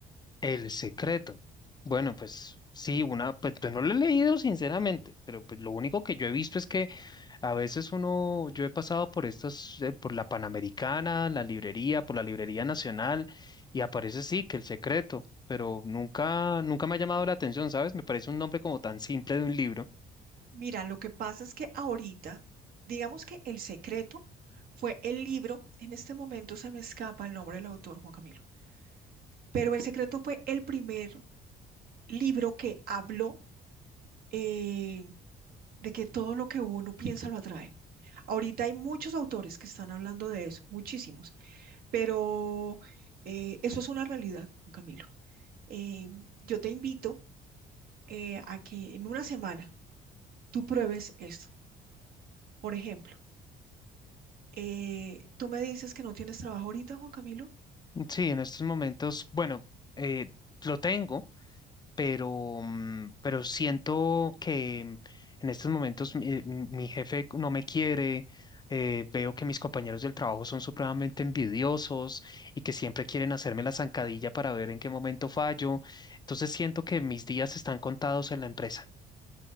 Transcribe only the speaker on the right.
Mira, lo que pasa es que ahorita, digamos que El Secreto fue el libro, en este momento se me escapa el nombre del autor, Juan Camilo, pero El Secreto fue el primer libro que habló. eh, de que todo lo que uno piensa lo atrae. Ahorita hay muchos autores que están hablando de eso, muchísimos, pero eh, eso es una realidad, don Camilo. Eh, yo te invito eh, a que en una semana tú pruebes esto. Por ejemplo, eh, tú me dices que no tienes trabajo ahorita, Juan Camilo.